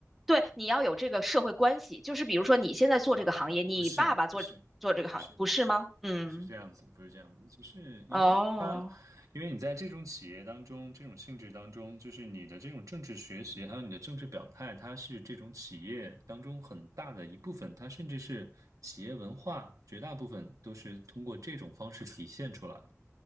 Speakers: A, in the centre; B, on the right.
A: 对，你要有这个社会关系。就是比如说，你现在做这个行业，
B: 呃，
A: 你爸爸做做这个行业，
B: 不是，不是，不是，
A: 不是吗？嗯，
B: 不是这样子，不是这样子，就是因为它，
A: 哦。
B: 因为你在这种企业当中，这种性质当中，就是你的这种政治学习，还有你的政治表态，它是这种企业当中很大的一部分，它甚至是企业文化，绝大部分都是通过这种方式体现出来的。